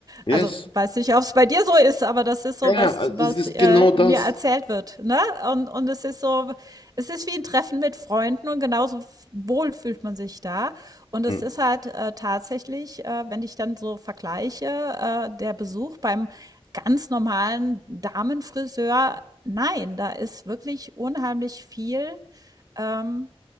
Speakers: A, on the left; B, on the right.
A: Yes.
B: Also, weiß nicht, ob es bei dir so ist, aber das ist so
A: Ja, ja,
B: was, was,
A: es ist
B: äh,
A: genau das.
B: mir erzählt wird, ne? Und und es ist so es ist wie ein Treffen mit Freunden und genauso wohl fühlt man sich da. Und es
A: Hm.
B: ist halt, äh, tatsächlich, äh, wenn ich dann so vergleiche, äh, der Besuch beim ganz normalen Damenfriseur, nein, da ist wirklich unheimlich viel, ähm,